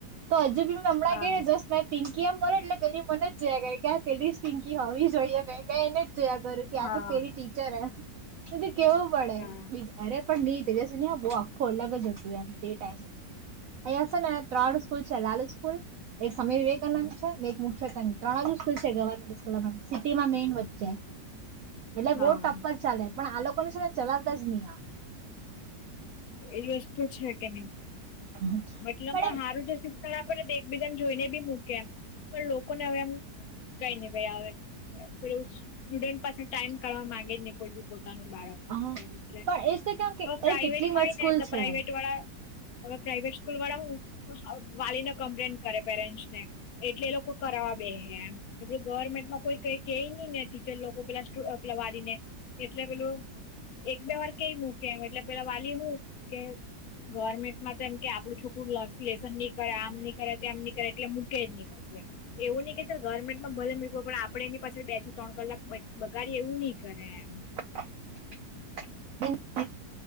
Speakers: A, on the right (about 70°); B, on the left (about 65°).
A: તો હજુ બી હમણાં
B: હા
A: કે જ મેં પકી કેમ મને એટલે પેલી મને જ કે પેલી જ પિકી હોવી જોઈએ મે એને જોયા કરું કે
B: હા
A: આ તો પેલી ટીચર તો કેવું પડેી
B: હા
A: અરે પણ નહી જશે ન બહુ આખું અલગ જ હતું એમ તે ટાઈમે અહીંયા સર ત્રડું સ્કૂલ છે લાલુ સ્કૂલ એક સ્વામી વિવેકાનંદ છે. એક મુખ્ય સ ત્રણ જ સ્કૂલ છે. ગવર્મેન્ટ સ્કૂલમાં સિટીમાં મેઈન વચ્ચે એટલે
B: હા
A: બહુ ટપ્પ જ ચાલે પણ આ લોકોને છે ને ચલાવતા જ નહી આવે
B: એ રોજ તોછ કે ન ઈ
A: પણ
B: મતલબમાં હારું જો શિક્ એકબીજાને જોઈને બી મૂકે એમ પણ લોકોને હવે એમ કઈ નઈ ભાઈ આવે સ્ટુડન્ટ પાછ ટાઈમ કાઢવા માંગે જ નહી કોઈ બી બાળકો કરે
A: એમ હા
B: એટલે
A: પણ એજ કેમ કે
B: તો પ્રાાઈવેટમાંય
A: અરે કેટલી મસ્ત સ્કૂલ
B: ને તો
A: છે
B: પ્રાાઈવેટ વાળા અગ પ્રાાઈવેટ સ્કૂલ વાળા હું વાલીને કમ્પ્લેન કરે પેરેન્ટસ ને એટલે એ લોકો કરાવા બેહે એમ., ને પેલું ગવર્મેન્ટમાં કોઈ કઈ કે ની ને ટીચર લોકો પેલા પેલા વાલીને એટલે પેલું એક બે વાર કેઈ મૂકે એમ એટલે પેલા વાલી હું કે ગવર્મેન્ટમાં તો એમ આપડું છોકરું <unintelligible> ની કરે આમ ની કરે તેમની કરે એટલે મૂકે જ ની. પછી એમ એવું ની કે ચાલ ગવર્મેન્ટમાં ભલે મુકયે પણ આપડ એની પાસે બે થી ત્રણ કલાક બગાડી એવું ની કરે એમ
A: <inaudible>